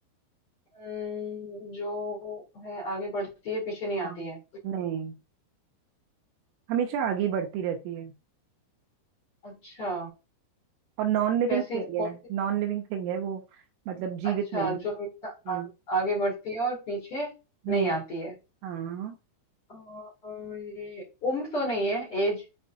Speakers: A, on the left; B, on the right.
A: हम्म, जो है आगे बढ़ती है पीछे नहीं आती
B: हाँ
A: है
B: नहीं हमेशा आगे बढ़ती रहती है
A: अच्छा
B: और नॉन लिविंग
A: कैसी
B: थिंग
A: कौन
B: है
A: सी
B: नॉन लिविंग थिंग है वो मतलब जीवित
A: अच्छा
B: नहीं
A: जो हमेशा
B: हम्म
A: आ- आगे बढ़ती है और पीछे
B: नहीं
A: नहीं
B: आती
A: आती है
B: हाँ
A: और ये उम्र तो नहीं है एज